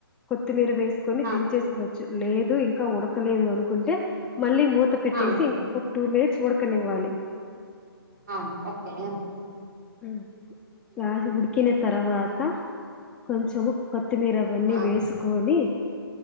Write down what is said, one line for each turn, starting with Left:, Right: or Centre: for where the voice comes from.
Centre: కొత్తిమీర వేస్ వేసుకొని
Right: ఆ
Centre: దించేసుకోవచ్చు లేదు ఇంకా ఉడకలేదు అనుకుంటే. మళ్ళీ మూత పెట్టేసి
Right: ఆ
Centre: ఇంకొక టూ మినిట్స్ ఉడకనివ్వాలి
Right: ఆ ఓకె
Centre: హ్మ్ ఉడికిన తర్వాత కొంచము కొత్తిమీర అవన్నీ
Right: ఆ
Centre: వేసుకొని